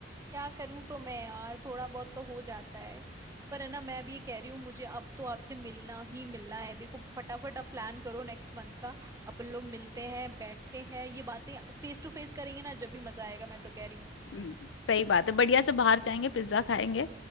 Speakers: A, on the right; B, on the left.
A: क्या करूं तो मैं यार थोड़ा बहुत तो हो जाता है पर है ना मैं भी ये कह रही हूँ मुझे अब तो आपसे मिलना ही मिलना है देखो फटाफट आप प्लान करो नेक्स्ट मंथ का अपन लोग मिलते हैं बैठते हैं ये बातें फेस टू फेस करेंगे ना जब भी मजा आएगा मैं तो कह रही हूँ
B: हम्म, सही बात है बढ़िया से बाहर जाएंगे पिज्जा खाएंगे